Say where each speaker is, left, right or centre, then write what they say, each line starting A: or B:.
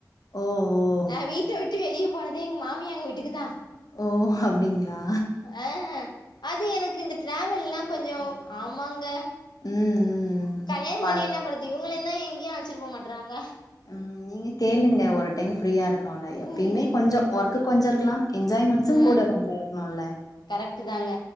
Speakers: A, on the left; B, on the left.
A: ஓ ஓ
B: நா வீட்ட விட்டு வெளியே போனதே எங்க மாமியார் வீட்டுக்குதான்
A: ஓ ஓ அப்டிங்களா
B: ஹ அ அது எனக்கு இந்த டிராவல்லாம் கொஞ்சோம் ஆமாங்க
A: ம் ம்
B: கல்யாணம்
A: பரவால்ல
B: பண்ணி என்ன பன்றது இவுங்களையுந்தா எங்கயு அழச்சிட்டு போ மாட்றாங்க
A: ம் நீங்க கேளுங்க ஒரு டைம் ஃப்ரீயா இருக்கணுல்ல எப்பயுமே
B: ம்
A: கொஞ்சோ ஒர்க்கு கொஞ்சோ இருக்கலா என்ஜாய்மெண்ட்ஸும்
B: ஆ
A: கூட கொஞ்சோ இருக்கணுல்ல
B: கரெக்ட் தாங்க